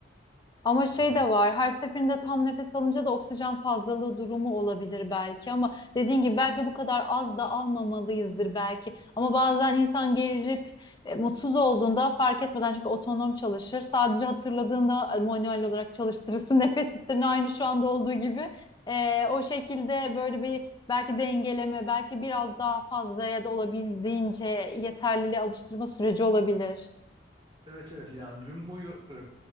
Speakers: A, on the left; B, on the right.
A: Ama
B: sanırım.
A: şey de var her seferinde tam nefes alınca da oksijen fazlalığı durumu olabilir belki ama dediğin gibi belki bu kadar az da almamalıyızdır belki. Ama bazen insan gerilip e, mutsuz olduğunda fark etmeden çünkü otonom çalışır. Sadece hatırladığında e, manuel olarak çalıştırırsın <laughs> nefes sistemini aynı şu anda olduğu gibi. E, o şekilde böyle bir belki dengeleme belki biraz daha fazla ya da olabildiğince yeterliliğe alıştırma süreci olabilir.
B: Evet evet yani gün boyu e,